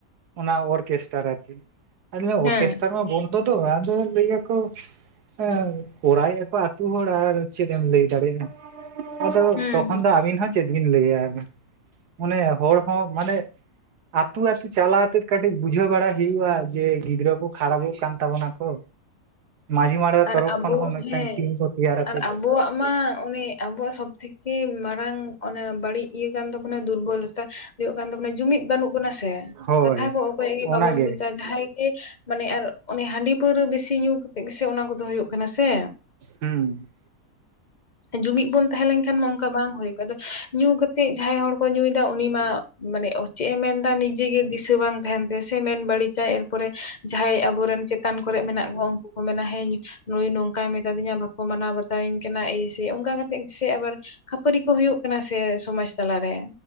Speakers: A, on the right (about 85°); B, on the left (about 30°).
A: ᱚᱱᱟ ᱚᱨᱠᱮᱥᱴᱟᱨ ᱚᱨᱪᱮᱫ ᱚᱱᱮ
B: ᱦᱮᱸ
A: ᱚᱨᱠᱮᱥ ᱱᱮᱛᱟᱨ ᱢᱟ ᱵᱚᱱᱫᱚ ᱫᱚ ᱵᱟᱝ ᱟᱫᱚ ᱞᱟᱹᱭᱟ ᱠᱚ, ᱦᱮᱸ ᱠᱚᱨᱟᱣᱮᱜ ᱟᱠᱚ ᱟᱹᱛᱩ ᱦᱚᱲ ᱟᱨ ᱪᱮᱫ ᱮᱢ ᱞᱟᱹᱭ ᱫᱟᱲᱮᱭᱟᱜᱼᱟ᱾ ᱟᱫᱚ
B: ᱦᱮᱸ
A: ᱛᱚᱠᱷᱚᱱ ᱫᱚ ᱟᱹᱵᱤᱱ ᱦᱚᱸ ᱪᱮᱫ ᱵᱤᱱ ᱞᱟᱹᱭᱟ ᱟᱨᱫᱚ᱾ ᱚᱱᱮ ᱦᱚᱲ ᱦᱚᱸ ᱢᱟᱱᱮ, ᱟᱹᱛᱩ ᱟᱹᱛᱩ ᱪᱟᱞᱟᱣ ᱠᱟᱛᱮᱫ ᱠᱟᱹᱴᱤᱜ ᱵᱩᱡᱷᱟᱹᱣ ᱵᱟᱲᱟ ᱦᱩᱭᱩᱜᱼᱟ ᱡᱮ ᱜᱤᱫᱽᱨᱟᱹ ᱠᱚ, ᱠᱷᱟᱨᱟᱯᱚᱜ ᱠᱟᱱ ᱛᱟᱵᱚᱱᱟ ᱠᱚ ᱢᱟᱺᱡᱷᱤ ᱢᱟᱬ <unintelligible>
B: ᱟᱨ
A: ᱛᱚᱨᱚᱯ
B: ᱟᱵᱚ
A: ᱠᱷᱚᱱ ᱦᱚᱸ ᱢᱤᱫᱴᱟᱝ
B: ᱦᱮᱸ
A: ᱴᱤᱢ ᱠᱚ ᱛᱮᱭᱟᱨ ᱟᱛᱮᱜ,
B: ᱟᱨ ᱟᱵᱚᱣᱟᱜ ᱢᱟ ᱩᱱᱤ ᱟᱵᱚᱣᱟᱜ ᱥᱚᱵ ᱛᱷᱮᱠᱮ ᱢᱟᱨᱟᱝ ᱚᱱᱟ ᱵᱟᱹᱲᱤᱜ, ᱤᱭᱟᱹ ᱠᱟᱱ ᱛᱟᱵᱚᱱᱟ ᱫᱩᱨᱵᱚᱞᱚᱛᱟ ᱦᱩᱭᱩᱜ ᱠᱟᱱ ᱛᱟᱵᱚᱱᱟ ᱡᱩᱢᱤᱫ ᱵᱟᱹᱱᱩᱜ ᱵᱚᱱᱟ, ᱛᱮᱭᱟ
A: ᱦᱳᱭ
B: ᱠᱟᱛᱷᱟ ᱠᱚ ᱚᱠᱚᱭᱟᱜ ᱜᱮ ᱵᱟᱵᱚᱱ
A: ᱚᱱᱟᱜᱮ
B: ᱵᱩᱡᱟ ᱡᱟᱦᱟᱸᱭ, ᱜᱮ ᱢᱟᱱᱮ ᱟᱨ ᱚᱱᱮ ᱦᱟᱺᱰᱤ ᱯᱟᱹᱣᱨᱟᱹ ᱵᱮᱥᱤ ᱧᱩ ᱠᱟᱛᱮᱜ ᱜᱮᱥᱮ ᱚᱱᱟ ᱠᱚᱫᱚ ᱦᱩᱭᱩᱜ ᱠᱟᱱᱟ ᱥᱮ᱾
A: ᱦᱩᱸ,
B: ᱡᱩᱢᱤᱫ ᱵᱚᱱ ᱛᱟᱦᱮᱸ ᱞᱮᱱᱠᱷᱟᱱ ᱢᱟ ᱚᱱᱠᱟ ᱵᱟᱝ ᱦᱩᱭ ᱠᱚᱜᱼᱟ ᱟᱫᱚ, ᱧᱩ ᱠᱟᱛᱮ ᱡᱟᱦᱟᱸᱭ ᱦᱚᱲ ᱠᱚ ᱧᱩᱭᱮᱫᱟ ᱩᱱᱤ ᱢᱟ ᱢᱟᱱᱮ ᱪᱮᱫ ᱮ ᱢᱮᱱᱫᱟ ᱱᱤᱡᱮ ᱜᱮ ᱫᱤᱥᱟᱹ ᱵᱟᱝ, ᱛᱟᱦᱮᱱ ᱛᱮᱭᱟ ᱥᱮ ᱢᱮᱱ ᱵᱟᱹᱲᱤᱡᱟ ᱮᱨᱯᱚᱨᱮ ᱡᱟᱦᱟᱸᱭ ᱟᱵᱚ ᱨᱮᱱ ᱪᱮᱛᱟᱱ ᱠᱚᱨᱮ ᱢᱮᱱᱟᱜ ᱠᱚᱣᱟ ᱩᱱᱠᱩ ᱠᱚ ᱢᱮᱱᱟ ᱦᱮᱸ ᱱᱩᱭ ᱱᱚᱝᱠᱟᱭ ᱢᱮᱛᱟ ᱫᱤᱧᱟ ᱵᱟᱠᱚ ᱢᱟᱱᱟᱣ ᱵᱟᱛᱟᱣ ᱤᱧ ᱠᱟᱱᱟ ᱤᱥ ᱡᱚᱫᱤ ᱚᱱᱠᱟ ᱠᱟᱛᱮ, ᱥᱮ ᱟᱵᱟᱨ ᱠᱷᱟᱹᱯᱟᱹᱨᱤ ᱠᱚ ᱦᱩᱭᱩᱜ ᱠᱟᱱᱟ ᱥᱮ ᱥᱚᱢᱟᱡ ᱛᱟᱞᱟᱨᱮ,